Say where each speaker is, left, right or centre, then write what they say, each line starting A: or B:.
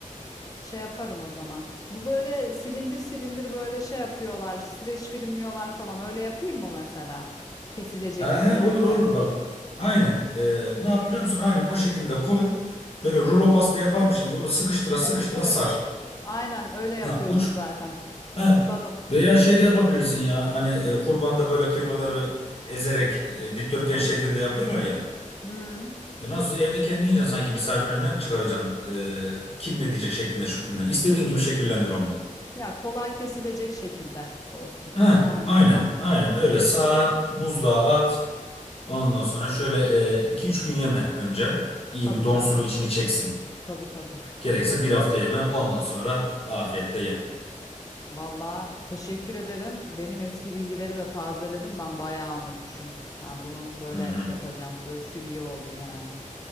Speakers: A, on the left; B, on the left.
A: Şey yaparım o zaman. Bu böyle silindir silindir böyle şey yapıyorlar. Streç filmliyorlar falan. Öyle yapayım mı mesela? Kesilecek
B: He he
A: incelikte.
B: olur olur bak. Aynen. E, ne yap biliyor musun? Aynen o şekilde koy. Böyle rulo pasta yaparmış gibi onu sıkıştıra sıkıştıra
A: Evet evet.
B: sar.
A: Aynen öyle yapıyordum
B: Ha uç.
A: zaten. Hatırladım.
B: He. Veya şey de yapabilirsin ya. Hani e, kurbanda böyle kıymaları ezerek e, dikdörtgen şeklinde yapıyorlar ya.
A: Hmm.
B: E, nasıl evde kendi yiyeceksin sanki misafir önüne mi çıkaracaksın? E, kim ne diyecek şeklinde şüklüne. İstediğin gibi şekillendir onu.
A: Ya kolay kesilecek şekilde olsun.
B: Heh,
A: Aynen.
B: aynen
A: Tamam.
B: aynen öyle sar buzluğa at ondan sonra şöyle e, iki üç gün yeme önce iyi
A: Tabii
B: bir donsunu
A: canım.
B: içini çeksin
A: Tabii tabii.
B: gerekirse bir hafta yeme ondan sonra afiyetle ye.
A: Valla teşekkür ederim. Benim eski bilgileri de tazeledim. Ben bayağı unutmuşum. Ha, bunu böyle
B: Hı hı.
A: yapacağım. Ölçü iyi oldu yani.